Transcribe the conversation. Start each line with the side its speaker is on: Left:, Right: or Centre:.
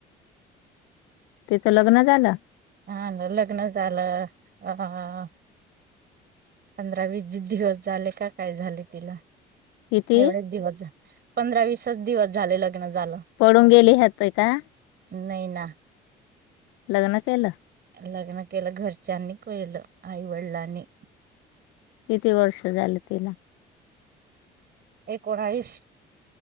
Left: तीच लग्न झालं
Right: हा लग्न झालं हा पंधरा वीस दिवस झाले का काय झाले तिला
Left: किती
Right: एवढेच दिवस झाले पंधरा विसच दिवस झाले लग्न झालं
Left: पळून गेली होत का?
Right: नाही ना
Left: लग्न केलं
Right: लग्न केलं घरच्यांनी केलं आई वडिलांनी
Left: किती वर्ष झालं तिला?
Right: एकोणावीस